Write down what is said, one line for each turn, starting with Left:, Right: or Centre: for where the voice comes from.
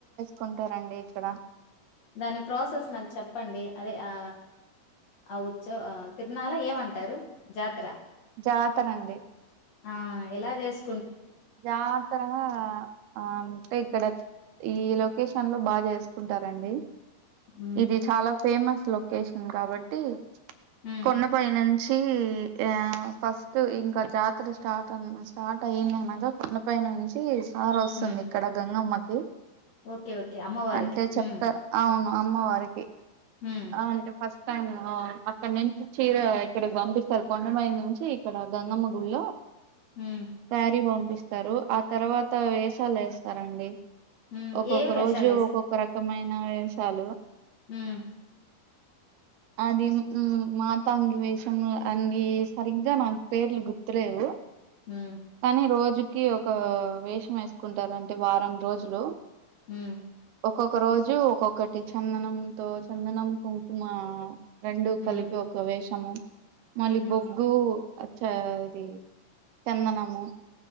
Right: కొంటారండి ఇక్కడ
Left: దాని ప్రాసెస్ నాకు చెప్పండి అదే ఆ ఆ ఉత్సవ తిరునాల ఏమంటారు జాతర
Right: జాతర అండి
Left: ఆ ఎలా చేసు
Right: జాతర ఆ అంటే ఇక్కడ ఈ లొకేషన్ లో బాగా చేసుకుంటారండి
Left: మ్మ్
Right: ఇది చాలా ఫేమస్ లొకేషన్ కాబట్టి
Left: మ్మ్
Right: కొండపైయి నుం చి ఆ ఫస్ట్ ఇంకా జాతర స్టార్ట్ అ స్టార్ట్ అయింది కొండపై నుంచి సార వస్తుంది
Left: మ్మ్
Right: ఇక్కడ గంగమ్మకి
Left: ఓకే ఓకే అమ్మవారికి
Right: అంటే చెప్తార్
Left: మ్మ్
Right: అవును అమ్మవారికి
Left: మ్మ్
Right: అ అంటే ఫస్ స్టైం అక్కడ నుంచి చీర ఇక్కడ పంపిస్తారు కొండమీద నుంచి ఇక్కడ గంగమ్మ గుళ్లో
Left: మ్మ్
Right: శారీ పంపిస్తారు ఆ తర్వాత వేసాలు వేస్తారండి.
Left: మ్మ్
Right: ఒక్కొక్క
Left: ఏవి వేషాలు
Right: రోజు ఒక్కొక్క రకమైన వేషాలు
Left: ఉమ్
Right: అది మాతాంగి వేషం అని సరిగ్గా నాకు పేర్లు గుర్తులేవు.
Left: మ్మ్
Right: కానీ రోజుకి ఒక వేషం వేసుకుంటారు అంటే వారం రోజులు
Left: ఉమ్
Right: ఒక్కొక్క రోజు ఒక్కొక్కటి చందనంతో చందనం కుంకుమ రెండు
Left: మ్మ్
Right: కలిపి ఒక వేషము మళ్ళీ
Left: మ్హు
Right: బొగ్గు అచ్చ అది చందనము